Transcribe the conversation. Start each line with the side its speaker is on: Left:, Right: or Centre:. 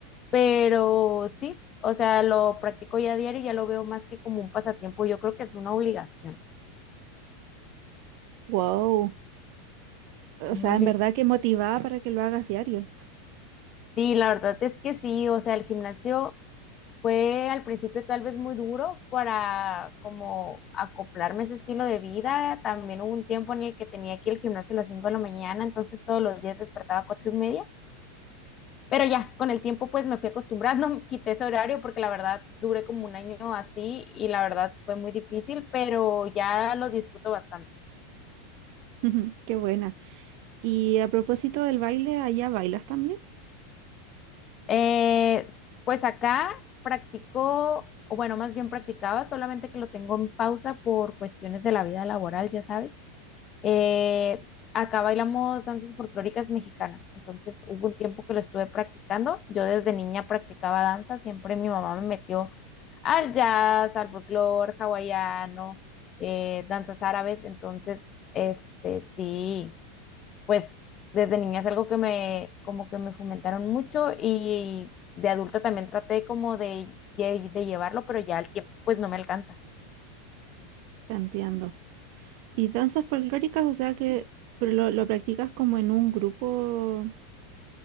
Left: pero sí, o sea, lo practico ya diario ya lo veo más que como un pasatiempo, yo creo que es una obligación,
Right: Wow.
Left: una
Right: O sea,
Left: obligación.
Right: en verdad que motivada para que lo hagas diario.
Left: Sí, la verdad es que sí, o sea, el gimnasio fue al principio tal vez muy duro para como acoplarme a ese estilo de vida. También hubo un tiempo en el que tenía aquí el gimnasio a las 5 de la mañana, entonces todos los días despertaba a 4 y media. Pero ya, con el tiempo pues me fui acostumbrando, <laughs> quité ese horario porque la verdad duré como un año así y la verdad fue muy difícil, pero ya lo disfruto bastante.
Right: <laughs> Qué buena. Y a propósito del baile, ¿allá bailas también?
Left: Eh, pues acá practicó, o bueno, más bien practicaba, solamente que lo tengo en pausa por cuestiones de la vida laboral, ya sabes. Eh, acá bailamos danzas folclóricas mexicanas, entonces hubo un tiempo que lo estuve practicando. Yo desde niña practicaba danza, siempre mi mamá me metió al jazz, al folclore hawaiano, eh, danzas árabes, entonces, este, sí pues desde niña es algo que me, como que me fomentaron mucho y de adulta también traté como de, de, de llevarlo, pero ya el tiempo pues no me alcanza.
Right: Te entiendo. ¿Y danzas folclóricas? O sea que pero lo, lo practicas como en un grupo,